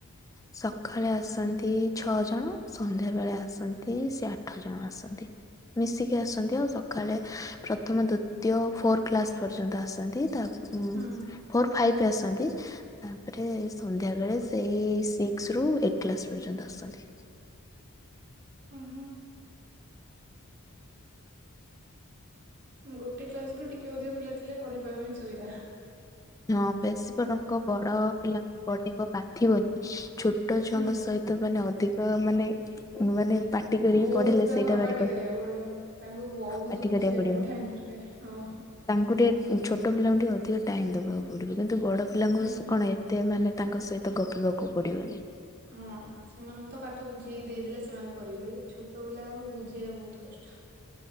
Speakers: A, on the left; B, on the right.
A: ସଖାଳେ ଆସନ୍ତି ଛଅ ଜଣ ସନ୍ଧ୍ୟାବେଳେ ଆସନ୍ତି ସେ ଆଠ ଜଣ ଆସନ୍ତି। ମିଶିକି ଆସନ୍ତି ଆଉ ସଖାଳେ ପ୍ରଥମ ଦୁ ତୃତିୟ ଓ ଫୋର୍ କ୍ଲାସ୍ ପର୍ଯ୍ୟନ୍ତ ଆସନ୍ତି ତା ଉଁ
B: ହୁଁ
A: ଫୋର ଫାଇଭି ଆସନ୍ତି ତାପରେ ସନ୍ଧ୍ୟା ବେଳେ ସେଇ ସିକ୍ସି ରୁ ଏଇଟି କ୍ଲାସ୍ ପର୍ଯ୍ୟନ୍ତ ଆସନ୍ତି।
B: ଉଁ ହୁଁ। ଗୋଟେ କ୍ଲାସ୍ ରୁ ଟିକେ ଅଧିକା ପିଲା ଥିଲେ ପଢେଇବା ପାଇଁ ସୁବିଧା।
A: ହଁ ବେଶୀ ବରଂ ବଡ ପିଲାଙ୍କୁ ପଢେଇବ ବାଧିବନି ଛୋଟ ଛୁଆଙ୍କ
B: ହୁଁ
A: ସହି ତ ମାନେ ଅଧିକ ମାନେ ମାନେ ପାଟି କରିକି
B: ବହୁତ୍
A: ପଢିଲେ
B: ତାଙ୍କୁ
A: ସେଇଟା
B: ହଁ
A: ଭାରି
B: ପାଟି
A: କ
B: କରିବାକୁ ପଡିବ ତାଙ୍କୁ ବହୁତ୍
A: ପାଟି କରିବାକୁ
B: ବୁଝେଇବା
A: ପଡିବ।
B: ପାଇଁ ଟାଇମି ଦର ଏ ହଁ ହଁ।
A: ତାଙ୍କୁ ଟିକେ ଛୋଟ ପିଲାଙ୍କୁ ଟିକେ ଅଧିକ ଟାଇମ୍ ଦବାକୁ ପଡିବ କିନ୍ତୁ ବଡ ପିଲାଙ୍କୁ
B: ହୁଁ।
A: କଣ ଏ ତେ ମାନେ ତାଙ୍କ ସହିତ ଗପିବାକୁ ପଡ଼ିବନି।
B: ହଁ ସେମାନଙ୍କୁ ତ ପାଠ ବୁଝେଇକି ଦେଇଦେଲେ ସେମାନେ କରିବେ ଏ ଛୋଟ ପିଲାଙ୍କୁ ବୁଝେଇବା ବହୁତ କଷ୍ଟ।